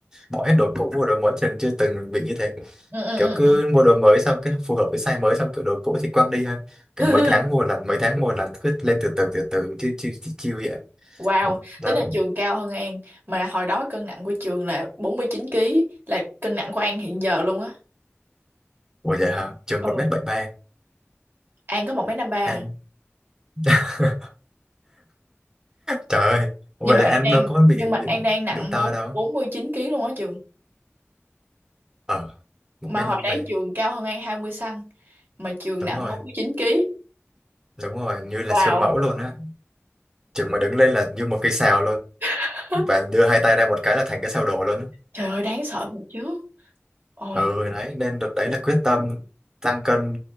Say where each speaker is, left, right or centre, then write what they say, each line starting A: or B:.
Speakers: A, on the right (about 15°); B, on the right (about 50°).
A: bỏ hết đồ cũ mua đồ mới chừng chưa từng bị như thế
B: ừ, ừ,
A: kiểu
B: ừ.
A: cứ
B: ừ.
A: mua đồ mới xong cái phù hợp với size mới xong kiểu đồ cũ thì quăng đi thôi kiểu
B: <laughs>
A: mấy tháng mua lần mấy tháng mua lần cứ lên từ từ từ từ chiêu chiêu chiêu chiêu vậy
B: Wow,
A: đó
B: tính là trường cao hơn An mà hồi đó cân nặng của trường là 49 ký là cân nặng của An hiện giờ luôn á.
A: Ủa vậy hả? Trường
B: Ừ,
A: một mét bảy ba,
B: An có một mấy năm ba à.
A: Anh <laughs> Trời ơi Vậy
B: nhưng mà
A: là
B: An
A: anh
B: đang
A: đâu có bị
B: nhưng
A: bị,
B: mà An đang nặng
A: bị to
B: 4
A: đâu
B: 49 kg luôn á trường.
A: Ờ một
B: Mà
A: mét
B: hồi
A: năm
B: đấy
A: ba,
B: trường cao hơn An 20 cm mà trường
A: Đúng
B: nặng
A: rồi
B: 49 ký.
A: Đúng rồi Như là
B: Wow.
A: siêu mẫu luôn á Trường mà đứng lên là như một cây sào luôn
B: <laughs>
A: Và đưa hai tay ra một cái là thành cái sào đổ luôn á
B: Trời ơi đáng sợ thật chứ. Ôi.
A: Ừ đấy Nên được đấy là quyết tâm Tăng cân